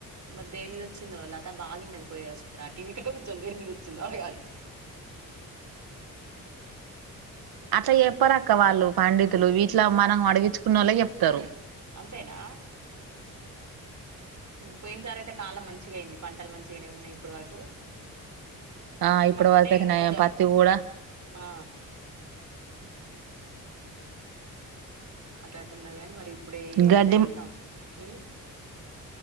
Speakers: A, on the right; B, on the right.
A: మరి దేనిమీద వచ్చిందో లత బాగిన్నది పోయి ఆ టీవీ క కూర్చోనీ దేని మీద వచ్చిందో ఆడగాలి
B: అట్లా చేప్పరక్క వాళ్ళు పండితులు వీట్లా మనం అడిగి తెచ్చుకున్నోలే చెప్తారు
A: అంతేనా పోయిన సార్ అయితే కాలం మంచిగా అయింది పంటలు మంచిగానే ఉన్నాయి ఇప్పటి వరకు
B: ఆ ఇప్పుడు
A: అట్నే
B: వరకైతే నయం
A: కొంచం
B: పత్తి కూడా
A: ఆ అట్లా అట్ల ఉండదు గాని మరి ఇప్పుడే
B: గడ్డి
A: టై సం ఉమ్